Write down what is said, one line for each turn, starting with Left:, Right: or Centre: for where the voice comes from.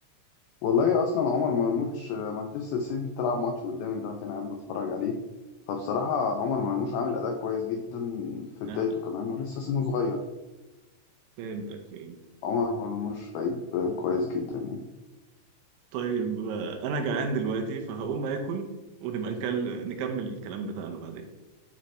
Left: والله أصلا عمر مرموش آه، مانشستر سيتي بتلعب ماتش قدامي دلوقتي أنا قاعد بتفرج عليه فبصراحة عمر مرموش عامل أداء كويس جدا في بدايته
Right: آه،
Left: كمان ولسه سنه صغير
Right: فهمتك فهمتك
Left: فعمر مرموش لعيب كويس جدا يعني
Right: طيب آه، انا جعان دلوقتي فهقوم اكل ونبقى نكل... نكمل الكلام بتاعنا بعدين